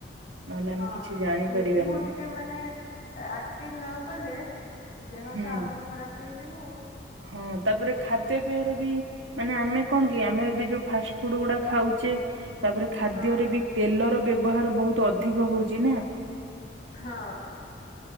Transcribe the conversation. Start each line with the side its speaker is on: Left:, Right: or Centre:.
Right: ନହେଲେ
Left: ହଁ
Right: ଆମେ କିଛି ଜାଣିପାରିବାନି।
Left: ନିଜକୁ ଟିକେ ମାନେ ଆକ୍ଟିଭ ନ କଲେ, ଦେହ
Right: ହୁଁ
Left: ତ ଆହୁରି ଖରାପ ହେଇଯିବ ଆଉ।
Right: ହଁ, ତାପରେ ଖାଦ୍ୟ ପେୟର ବି ମାନେ ଆମେ କଣ କି, ଆମେ ଏବେ ଯୋଉ ଫାଷ୍ଟ ଫୁଡ ଗୁଡା ଖାଉଛେ? ତାପରେ ଖାଦ୍ୟରେ
Left: ହଁ
Right: ବି ତେଲର ବ୍ୟ ବାହାର ବହୁତ ଅଧିକ ହଉଛି ନା?
Left: ହଁ।